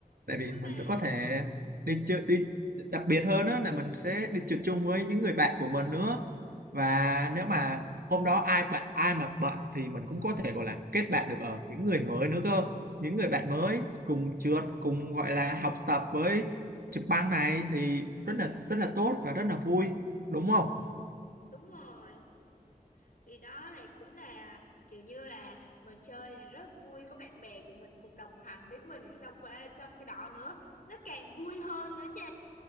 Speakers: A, on the right; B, on the left.
A: tại
B: vui
A: vì mình
B: mà
A: cũng có thể đi chơi đi đặc biệt hơn đó là mình sẽ đi trượt chung với những người bạn của mình nữa và nếu mà hôm đó ai bạn ai mà bận thì mình cũng có thể gọi là kết bạn được ở những người mới nữa cơ những người bạn mới cùng trượt cùng gọi là học tập với trực băng này thì rất là rất là tốt và rất là vui đúng không
B: đúng rồi Đi đó là cũng là kiểu như là mình chơi là rất vui có bạn bè của mình cùng đồng hành với mình trong cái trong cái đó nữa nó càng vui hơn nữa chứ